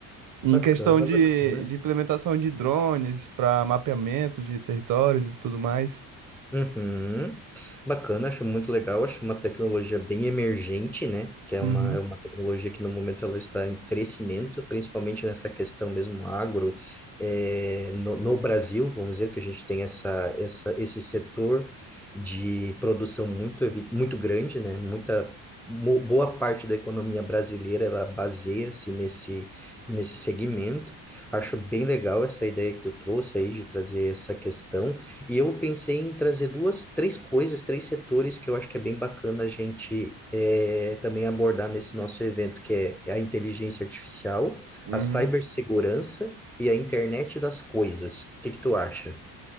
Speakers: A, on the right (about 50°); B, in the centre.
A: Em
B: Bacana,
A: questão de,
B: bacana.
A: de implementação de drones para mapeamento de territórios e tudo mais.
B: Uhum. Bacana, acho muito legal, acho uma tecnologia bem emergente, né? Que é
A: Uhum,
B: uma, é uma tecnologia que no momento ela está em crescimento, principalmente nessa questão mesmo agro, eh, no, no Brasil, vamos dizer que a gente tem essa, essa, esse setor de produção muito, evi- muito grande, né? Muita, mo- boa parte da economia brasileira ela baseia-se nesse, nesse segmento. Acho bem legal essa ideia que tu trouxe aí de trazer essa questão. E eu pensei em trazer duas, três coisas, três setores que eu acho que é bem bacana a gente eh, também abordar nesse nosso evento, que é é a inteligência artificial,
A: uhum.
B: a cibersegurança e a internet das coisas. O que que tu acha?